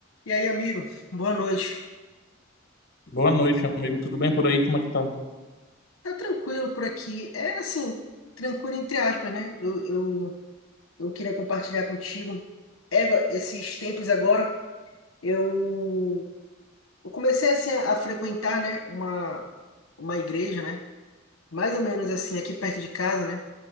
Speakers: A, on the left; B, on the left.
A: E aí, amigo, boa noite.
B: Boa noite, amigo. Tudo bem por aí? Como é que tá?
A: Tá tranquilo por aqui. É assim, tranquilo entre aspas, né? Eu, eu, eu queria compartilhar contigo. Égua, esses tempos agora, eu, eu comecei assim a, a frequentar, né, uma, uma igreja, né? Mais ou menos assim, aqui perto de casa, né?